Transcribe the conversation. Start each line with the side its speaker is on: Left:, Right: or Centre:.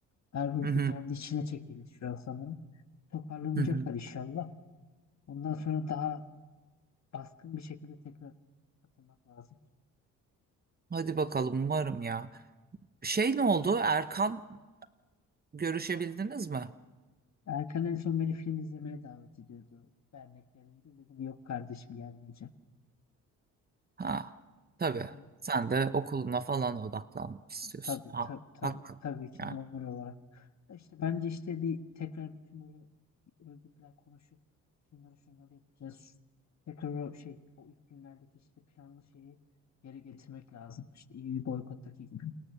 Left: Her grup
Right: Hı hı.
Left: kendi içine çekildi şu an sanırım. Toparlanacaklar
Right: Hı hı.
Left: inşallah. Ondan sonra daha baskın bir şekilde tekrar atılmak lazım.
Right: Hadi bakalım umarım ya. Şey ne oldu? Erkan görüşebildiniz mi?
Left: Erkan en son beni film izlemeye davet ediyordu derneklerinde. Dedim yok kardeşim gelmeyeceğim.
Right: Ha, tabii.
Left: <laughs>
Right: Sen de okuluna falan odaklanmak istiyorsun.
Left: Tabii
Right: Ha,
Left: tabii tabii,
Right: hakkım.
Left: tabii ki
Right: Yani.
Left: normal olarak. Ya İşte bence işte bir tekrar bütün böyle örgütler konuşup şunları şunları yapacağız. Tekrar o şey o ilk günlerdeki işte planlı şeyi geri getirmek lazım. İşte EU boykottaki gibi.